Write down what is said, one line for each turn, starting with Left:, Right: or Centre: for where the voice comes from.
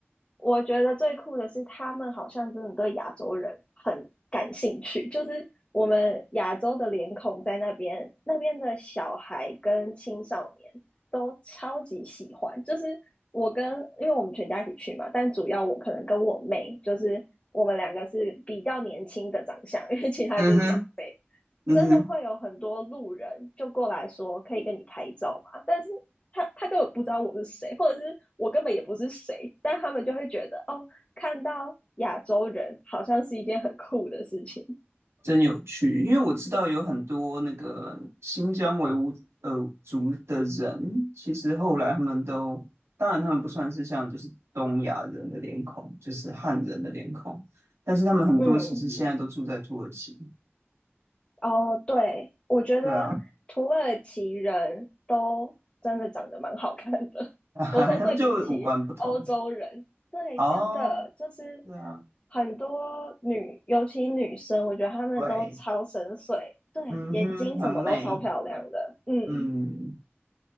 Left: 我觉得最酷的是，他们好像真的对亚洲人很感兴趣。就是我们亚洲的脸孔在那边，那边的小孩跟青少年都超级喜欢。就是我跟，因为我们全家一起去嘛，但主要我可能跟我妹，就是我们两个是比较年轻的长相，<laughs> 因为其他就是长辈。
Right: 嗯哼，嗯哼。
Left: 真的会有很多路人就过来说可以跟你拍照嘛？但是他他根本不知道我是谁，或者是我根本也不是谁，但他们就会觉得哦，看到亚洲人好像是一件很酷的事情。
Right: 真有趣，因为我知道有很多那个新疆维吾尔族的人，其实后来他们都，当然他们不算是像就是东亚人的脸孔，就是汉人的脸孔，但是他们很多其实现在都住在土耳其，
Left: 嗯，哦，对，我觉得土耳其人都真的长得蛮好看的。
Right: 对啊，<laughs> 他们就五官不同，
Left: 我说对比起欧洲人，对，
Right: 哦，
Left: 真的就是
Right: 对啊，
Left: 很多女，尤其女生，我觉得她们都超深邃，
Right: 对，
Left: 对，
Right: 嗯哼，
Left: 眼睛什么都超漂亮的。
Right: 很美，
Left: 嗯，
Right: 嗯，